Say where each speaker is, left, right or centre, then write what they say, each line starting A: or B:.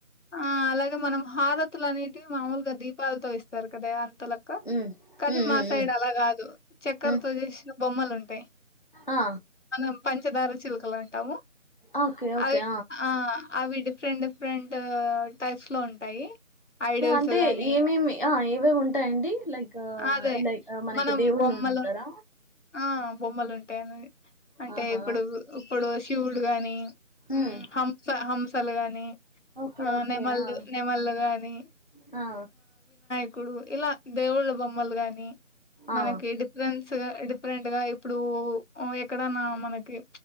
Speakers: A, on the left; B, on the left.
A: ఆ అలాగే మనం హారతులు అనేవి మామూలుగా దీపాలతో ఇస్తారు కదా లక్క
B: ఉమ్
A: కానీ
B: ఉమ్
A: మా
B: ఉమ్
A: సైడ్
B: ఉమ్
A: అలా కాదు చక్కెరతో
B: ఉమ్
A: చేసిన బొమ్మలు ఉంటాయి
B: ఆ
A: మనం పంచదార చిలుకలు అంటాము
B: ఓకే ఓకే
A: అవి ఆ అవి డిఫెట్ డిఫరెంట్ టైస్ లో ఉంటాయి ఐడల్స్
B: అంటే
A: గాని
B: ఏమేమి ఏ అ ఉంటాయండి లైక్
A: అదే
B: ఇ లైక్ మనకి
A: మనం
B: దేవుళ్ళు
A: బొమ్మలు
B: ఉంటారా
A: ఆ బొమ్మలు ఉంటాయి అన్నది అంటే
B: ఆహా
A: ఇప్పుడు ఇప్పుడు శివుడు గాని
B: ఉమ్
A: హంస హంస సలు గానీ
B: ఓకే
A: ఆ
B: ఓకే
A: నెమల్లు
B: ఆ
A: నెమల్లుగాని అ
B: ఆ
A: ఇప్పుడు ఇలా దేవుళ్ళ బొమ్మలు గాని మనకి
B: ఆ
A: డిఫరెన్స్ ఎ అపరెంట్ గా ఇప్పుడు ఎక్కడనా మనకి